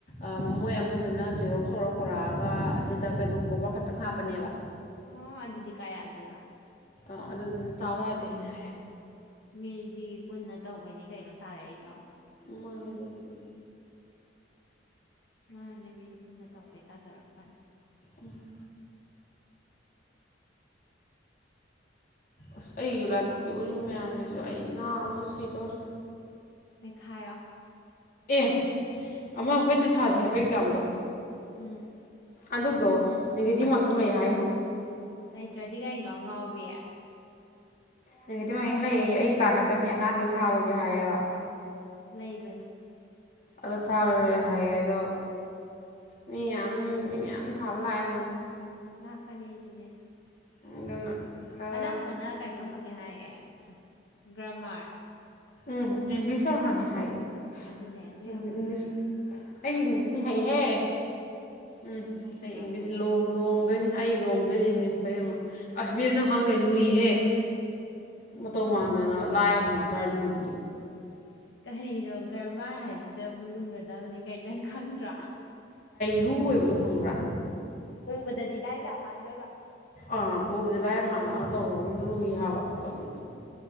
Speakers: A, on the left; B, on the left.
A: ꯑꯝ- ꯃꯣꯏ ꯑꯃꯗꯨꯅ ꯖꯦꯔꯣꯛ꯭ꯁ ꯇꯧꯔ ꯄꯨꯔꯛꯑꯒ ꯑꯁꯤꯗ ꯀꯩꯅꯣ ꯀꯣꯕꯔ ꯈꯛꯇꯪ ꯍꯥꯞꯄꯅꯦꯕ
B: ꯑꯣ ꯑꯗꯨꯗꯤ ꯀꯥꯢ ꯌꯥꯗꯣꯏꯕ
A: ꯑ ꯑꯗꯨꯗꯨꯗꯤ ꯇꯥꯎ ꯌꯥꯗꯦ ꯍꯥꯏꯅ ꯍꯥꯏ
B: ꯃꯤꯗꯤ ꯄꯨꯟꯅ ꯇꯧꯕꯩꯅꯤ ꯀꯩꯅꯣ ꯇꯥꯔꯛꯏ
A: ꯃꯥꯅꯦꯗꯨꯕꯨꯗꯤ
B: ꯃꯥꯅꯦ ꯃꯤꯅꯤ ꯄꯨꯟꯅ ꯇꯧꯕꯩ ꯇꯥꯖꯔꯛꯄꯅꯦ
A: ꯎꯝ ꯑꯁ ꯑꯩꯒꯤ ꯂꯥꯏꯕꯛꯀꯤ ꯎꯔꯤꯅꯤꯡ ꯃꯌꯥꯝꯁꯤꯁꯨ ꯑꯩ ꯅꯥꯕꯗ ꯁꯤꯗꯣꯔꯦ
B: ꯃꯦꯈꯥꯢꯌꯣ
A: ꯑꯦ ꯑꯃ ꯑꯩꯈꯣꯏꯅ ꯊꯥꯖꯤ ꯍꯥꯏꯕ ꯑꯦꯛꯖꯥꯝꯗꯣ
B: ꯎꯝ
A: ꯑꯗꯨꯗꯣ ꯅꯦꯒꯦꯇꯤꯚ ꯃꯥꯔꯀꯤꯡ ꯂꯩ ꯍꯥꯏꯉꯣ
B: ꯂꯩꯇ꯭ꯔꯗꯤ ꯀꯩꯅꯣ ꯉꯥꯎꯕꯤ
A: ꯃꯦꯒꯦꯇꯤꯞ ꯃꯀꯤꯡ ꯂꯩꯌꯦꯌꯦ ꯑꯩ ꯀꯥꯅꯀꯟꯒꯦ ꯑꯉꯥꯡꯁꯦ ꯊꯥꯔꯨꯔꯦ ꯍꯥꯏꯌꯦꯕ
B: ꯂꯩꯕꯅꯦ
A: ꯑꯗꯨ ꯊꯥꯔꯨꯔꯦ ꯍꯥꯏꯑ ꯑꯗꯣ ꯃꯤ ꯌꯥꯝ ꯌꯥꯝ ꯑꯝ ꯊꯥꯕ ꯂꯥꯛꯑꯦ ꯍꯥꯏꯅꯤ
B: ꯂꯛꯀꯅꯤ ꯏꯗꯨꯗꯤ <inaudible>
A: ꯑꯗꯨꯅ ꯈꯔ
B: ꯑꯅꯝꯕꯅ ꯀꯩꯅꯣ ꯍꯪꯉꯦ ꯍꯥꯏꯌꯦ ꯎꯝ ꯒ꯭ꯔꯥꯃꯔ
A: ꯎꯝ ꯏꯡꯂꯤꯁ ꯌꯥꯝ ꯍꯪꯉꯦ ꯍꯥꯏꯌꯦ
B: ꯑꯗꯨꯅꯦ ꯑꯗꯨ
A: ꯎꯝ
B: ꯌꯥꯝ ꯍꯪꯉꯦ
A: ꯏꯪꯂꯤꯁ
B: ꯍꯥꯏꯌꯦ
A: ꯑꯩꯗꯤ ꯏꯪꯂꯤꯁꯇꯤ ꯍꯩꯍꯦ ꯎꯝ
B: ꯇ ꯅꯩꯁꯜꯂꯝꯃꯣꯅꯦ
A: ꯑꯩ ꯏꯪꯂꯤꯁ ꯂꯣꯡ ꯂꯣꯡꯗꯣꯏꯅꯤ ꯑꯩ ꯂꯣꯡ ꯑꯗꯨ ꯏꯪꯂꯤꯁꯇꯥꯌꯦꯡꯉꯣ ꯑꯁ ꯏꯕꯦꯝ ꯅꯪ ꯈꯥꯡꯗ ꯈꯪꯗ ꯂꯨꯏꯍꯦ ꯇꯧꯃꯥꯗꯅ ꯂ ꯈꯔꯥ ꯂꯨꯏꯌꯦ
B: ꯀꯔꯤꯅꯣ ꯒꯔꯃꯥꯔ ꯍꯥꯏꯁꯤ ꯗꯕꯨ ꯂꯨꯔꯗꯕꯅꯤ ꯀꯩꯅꯣ ꯅꯪ ꯈꯪꯗ꯭ꯔꯣ
A: ꯂꯨ ꯑꯣꯏꯕꯗꯣ ꯍꯪꯕ꯭ꯔꯥ
B: ꯎꯕꯗꯗꯤ ꯂꯥꯏꯕ ꯌꯥꯝ ꯃꯥꯟꯗꯣꯏꯕ
A: ꯑꯥ ꯎꯕꯗꯤ ꯂꯥꯏꯑ ꯃꯥꯜꯂꯒ ꯇꯧꯔꯅ ꯂꯨꯏ ꯍꯥꯏꯕ ꯑꯗꯨꯝ